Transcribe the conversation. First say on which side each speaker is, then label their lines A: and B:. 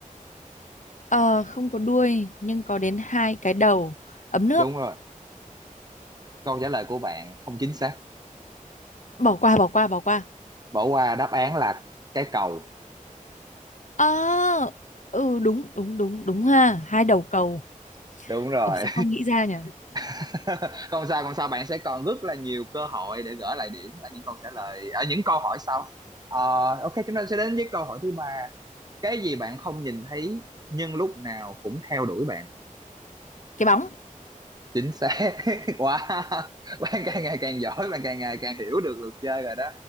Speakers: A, on the left; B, on the right.
A: Ờ, không có đuôi nhưng có đến hai cái đầu ấm nước
B: đúng rồi câu trả lời của bạn không chính xác
A: bỏ qua bỏ qua bỏ qua
B: bỏ qua đáp án là cái cầu
A: ờ ừ đúng đúng đúng đúng ha hai đầu cầu
B: đúng rồi
A: ờ, sao không nghĩ ra nhỉ
B: <laughs> không sao không sao bạn sẽ còn rất là nhiều cơ hội để gỡ lại điểm ở những câu trả lời ở những câu hỏi sau Ờ, ok chúng ta sẽ đến với câu hỏi thứ ba cái gì bạn không nhìn thấy nhưng lúc nào cũng theo đuổi bạn
A: cái bóng
B: chính xác <laughs> quá bạn càng ngày càng giỏi bạn càng ngày càng hiểu được luật chơi rồi đó